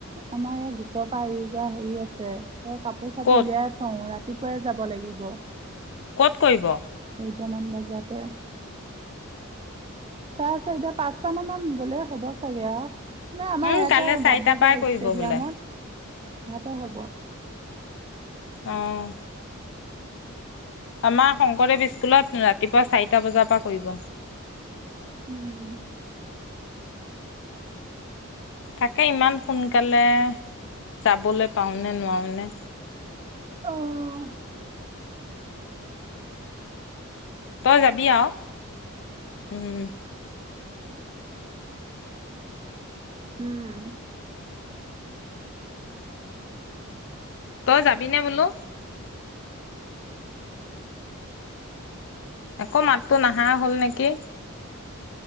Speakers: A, on the right; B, on the left.
A: আমাৰ ইয় গোটৰ পৰা য়োগা হেৰি আছে এ কাপোৰ চাপ
B: ক'ত
A: উলিয়াই থওঁ ৰাতি ৰাতিপুৱাই যাব লাগিব
B: ক'ত কৰিব
A: কেইটামান বজাতে চাই চাই এতিয়া পাঁচটা মানত গলে হ'ব চাগে নাই আমাৰ
B: উম,
A: ইয়াতে
B: কাইলৈ চাৰিটাৰ
A: বাট বজাৰ
B: পৰাই কৰিব
A: ষ্টেডিয়ামত
B: বোলে
A: সিহতে হ'ব
B: আহ আমাৰ শংকৰদেৱ স্কুলত ৰাতিপুৱা চাৰিটা বজাৰ পৰা কৰিব
A: উম।
B: তাকে ইমান সোনকালে যাবলৈ পাওনে নোৱাওনে।
A: অহ
B: তই যাবি আউ উম
A: উম
B: তই যাবি নে বোলো আকৌ মাততো নাহা হ'ল নেকি